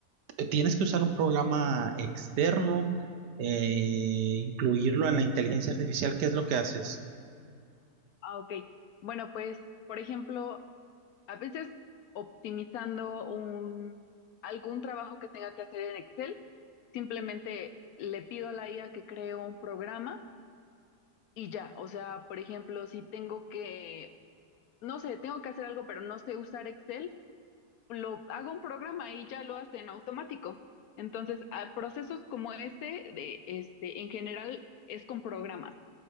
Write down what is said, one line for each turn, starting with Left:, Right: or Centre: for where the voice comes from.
Right: eh, Tienes que usar un programa externo, eh, incluirlo en la inteligencia artificial. ¿Qué es lo que haces?
Left: Ah, ok. Bueno, pues, por ejemplo, a veces optimizando un, algún trabajo que tenga que hacer en Excel, simplemente le pido a la IA que cree un programa y ya. O sea, por ejemplo, si tengo que, no sé, tengo que hacer algo, pero no sé usar Excel, lo hago un programa y ya lo hace en automático. Entonces, a procesos como ese, de, este, en general, es con programas.